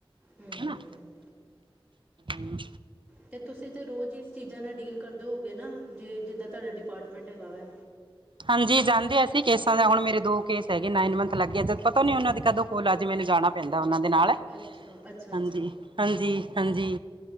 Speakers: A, in the centre; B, on the right.
A: ਹਮ
B: ਹਨਾ ਹੂੰ
A: ਅਤੇ ਤੁਸੀਂ ਤਾਂ ਰੋਜ਼ ਇਸ ਚੀਜ਼ਾਂ ਨਾਲ ਡੀਲ ਕਰਦੇ ਹੋਵੋ ਗੇ ਨਾ ਜੇ ਜਿੱਦਾਂ ਤੁਹਾਡਾ ਡਿਪਾਰਟਮੈਂਟ ਹੈਗਾ ਵਾ।
B: ਹਾਂਜੀ ਜਾਂਦੇ ਅਸੀਂ ਕੇਸਾਂ ਦਾ ਹੁਣ ਮੇਰੇ ਦੋ ਕੇਸ ਹੈਗੇ ਨਾਈਨ ਮੰਥ ਲੱਗਗੇ ਆ ਜਦ ਪਤਾ ਨੀ ਉਹਨਾਂ ਦੀ ਕਦੋਂ, ਉਹਨਾਂ ਦੇ ਅਜ ਮੈਨੂੰ ਜਾਣਾ ਪੈਂਦਾ ਓਨਾ ਦੇ ਨਾਲ
A: ਅੱਛਾ ਅੱਛਾ
B: ਹਾਂਜੀ,
A: ਅੱਛਾ
B: ਹਾਂਜੀ,
A: ਹਮ
B: ਹਾਂਜੀ।